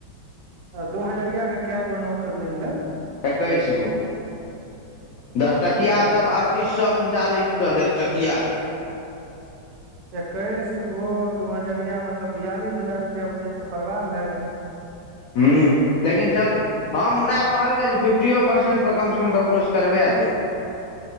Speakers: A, on the right (about 65°); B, on the left (about 85°).
A: अ दू हजरिया केँ कै गो नोट मिललै
B: एकैस गो <inaudible> दस
A: बाप
B: टकिआ
A: रे एकैस
B: सब आर तीस सौ उनचालिस सौ दस टकिआ रहे
A: एकैस गो दू हजरिया मतलब बियालिस हजार रुपैआ बुझहीन तऽ बर्बाद भए गेलै
B: हू लेकिन चलबै हमरा कहलकै जे फिफ्टिओ परसेंट पर कम सँ कम ककरो सँ करवा दे